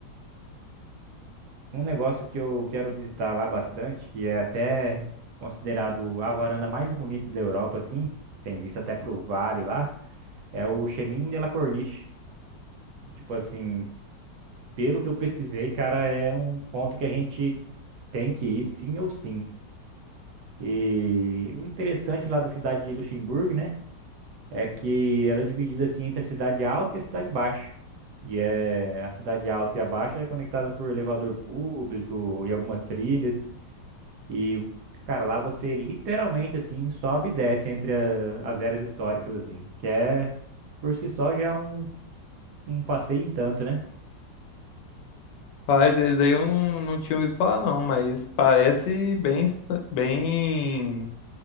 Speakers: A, on the right (about 70°); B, on the left (about 75°).
A: Um negócio que eu quero visitar lá bastante, que é até considerado a varanda mais bonita da Europa, assim, que tem vista até pro vale lá, é o Chemin de la Corniche, que, tipo assim, pelo que eu pesquisei, cara, é um ponto que a gente tem que ir sim ou sim. E o interessante lá da cidade de Luxemburgo, né, é que ela é dividida, assim, entre a cidade alta e a cidade baixa. E é, a cidade alta e a baixa é conectada por elevador público e algumas trilhas. E, cara, lá você literalmente, assim, sobe e desce entre a- as eras históricas, assim, que é, por si só, já é um, um passeio em tanto, né?
B: Faz, esse daí eu não, não tinha ouvido falar, não, mas parece bem, esta- bem,